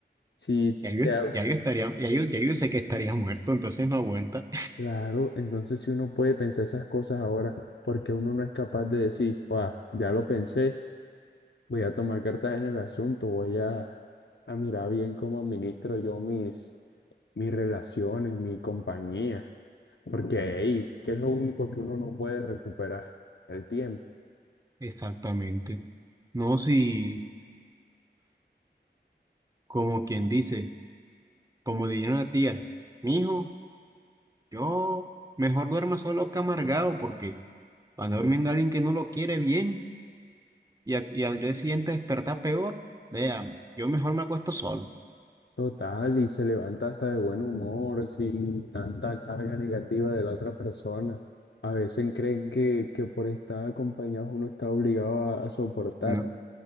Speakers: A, on the left; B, on the right.
A: Si
B: Ya yo,
A: te,
B: ya yo estaría, ya yo, ya yo sé que estaría <laughs> muerto, entonces no aguanta.
A: Claro, entonces si uno puede pensar esas cosas ahora, porque uno no es capaz de decir, "Guau, ya lo pensé, voy a tomar cartas en el asunto, voy a, a mirar bien cómo administro yo mis, mis relaciones, mi compañía, porque hey, ¿qué es lo único que uno no puede recuperar? El tiempo.
B: Exactamente. No, si, como quien dice, como diría una tía, mijo, yo mejor duerma solo que amargado, porque cuando durmiendo alguien que no lo quiere bien y, a- y al día siguiente despertar peor, vea, yo mejor me acuesto solo,
A: Total, y se levanta hasta de buen humor, sin tanta carga negativa de la otra persona. A veces creen que, que por estar acompañados uno está obligado a a soportar.
B: ¿no?